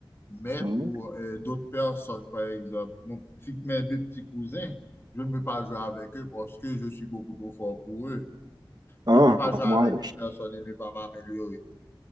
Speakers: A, on the left; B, on the right.
A: Mais
B: Mhm.
A: pour euh, d'autres personnes, par exemple, mon petit, mes deux petits cousins, je ne peux pas jouer avec eux parce que je suis beaucoup trop fort pour eux.
B: Hein,
A: Je ne peux pas jouer
B: moi,
A: avec une personne et ne pas m'améliorer.